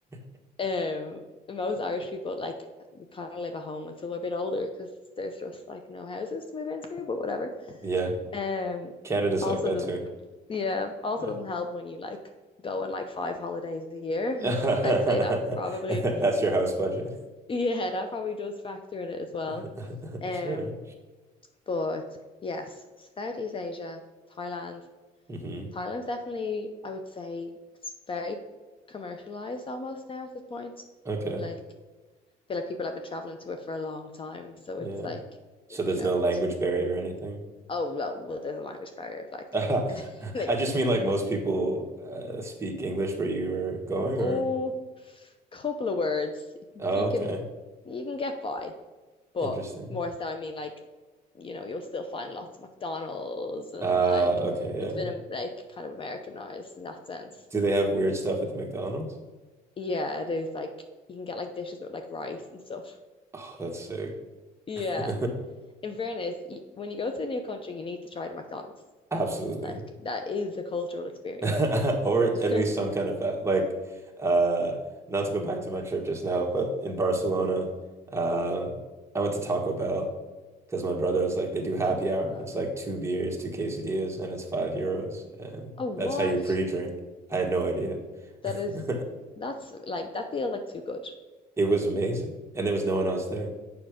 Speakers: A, on the right; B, on the left.
A: <laughs>
B: Um, most Irish people like kind of live at home until we're a bit older because there's just like no houses to move into, but whatever.
A: Yeah.
B: Um,
A: Canada's
B: also
A: like that
B: doesn't,
A: too.
B: yeah, also
A: Yeah.
B: doesn't help when you like go on like five holidays a year.
A: <laughs> That's
B: <laughs> I'd say that probably,
A: your house budget.
B: yeah, that probably does factor in it as well.
A: <laughs>
B: Um,
A: Fair.
B: but yes, Southeast Asia, Thailand.
A: hmm
B: Thailand's definitely, I would say, it's very commercialized almost now at this point.
A: Okay.
B: Like, I feel like people have been traveling to it for a long time, so
A: Yeah.
B: it's like,
A: So there's
B: you know,
A: no
B: it's
A: language barrier or anything?
B: oh well, well there's a language barrier. Like,
A: Ah,
B: <laughs>
A: <laughs>
B: like
A: I just mean like most people uh, speak English where you were going
B: oh,
A: or?
B: couple of words,
A: Oh,
B: you
A: okay.
B: can you can get by, but
A: Interesting.
B: more so, I mean, like, you know, you'll still find lots of McDonald's and
A: Uh,
B: like
A: okay, yeah.
B: it's been
A: yeah.
B: um, like kind of Americanized in that sense.
A: Do they have weird stuff at the McDonald's?
B: Yeah, it is like you can get like dishes with like rice and stuff.
A: Oh, that's sick.
B: Yeah.
A: <laughs>
B: In fairness, y- when you go to a new country, you need to try the McDonald's.
A: Absolutely.
B: Like that is a cultural experience.
A: <laughs> Or
B: <laughs>
A: at least some kind of fat. Like, uh, not to go back to my trip just now, but in Barcelona, um, I went to Taco Bell because my brother was like, they do happy
B: Ah,
A: hour. It's like two beers, two quesadillas, and it's five euros. And
B: a what?
A: that's how you pre-drink. I had no idea. <laughs>
B: That is that's like that feels like too good.
A: It was amazing. And there was no one else there.